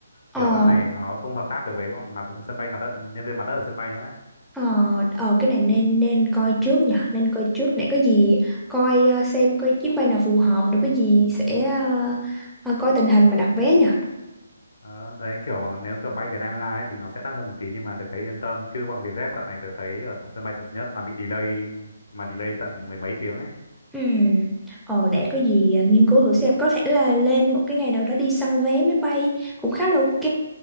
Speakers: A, in the centre; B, on the left (about 55°).
A: ờ
B: kiểu dạo này nó không hợp tác được với bọn mặt sân bay mặt đất nhân viên mặt đất ở sân bay nữa ấy.
A: ờ ờ cái này nên nên coi trước nhỉ nên coi trước để có gì coi ờ, xem coi chuyến bay nào phù hợp rồi có gì sẽ ờ, ờ, coi tình hình mà đặt vé nhỉ
B: Ờ, đấy kiểu mà nếu kiểu bay Việt Nam Airlines ấy, thì nó sẽ đắt hơn một tí nhưng mà được thấy yên tâm chứ bọn Vietjet dạo này tớ thấy ở sân bay Tân Sơn Nhất là bị delay mà delay tận mười mấy tiếng ấy
A: Ừ. Ờ, để có gì à, nghiên cứu thử xem có thể là lên một cái ngày nào đó đi săn vé máy bay cũng khá là ok